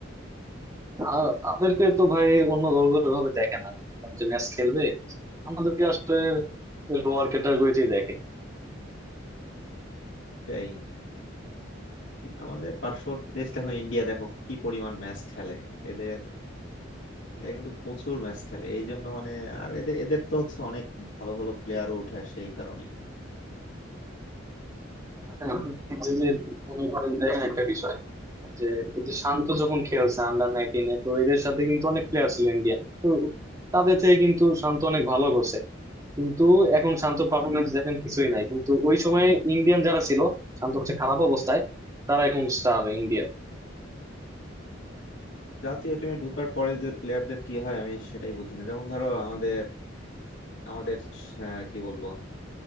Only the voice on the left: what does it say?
এটাই আমাদের পার্শ্ববর্তী দেশ দেখো ইন্ডিয়া দেখো কি পরিমাণ ম্যাচ খেলে এদের এরা কিন্তু প্রচুর ম্যাচ খেলে এই জন্য মানে আর এদের এদের তো হচ্ছে অনেক ভালো ভালো প্লেয়ারও উঠে আসে এই কারণেই
জাতীয় টিমে ঢোকার পরে যে প্লেয়ারদের কি হয় আমি সেটাই বুঝি না যেমন ধরো আমাদের আমাদের আহ, কি বলবো